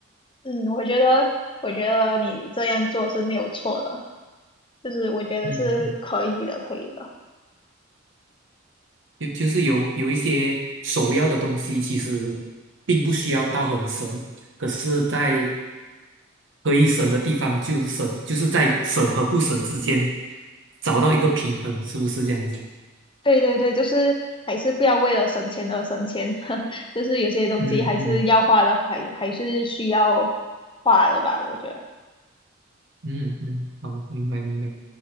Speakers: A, on the left; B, on the right.
A: 嗯，我觉得，我觉得你这样做是没有错的，就是我觉得是可以的，
B: 嗯
A: 可以的。
B: 就就是有有一些首要的东西，其实并不需要到很神，可是，在可以省的地方就省，就是在省和不省之间找到一个平衡，是不是这样子？
A: 对对对，就是还是不要为了省钱而省钱，<laughs> 就是有些东西还是要花的，
B: 嗯嗯
A: 还还是需要花的吧，我觉得。
B: 嗯嗯，好，明白明白。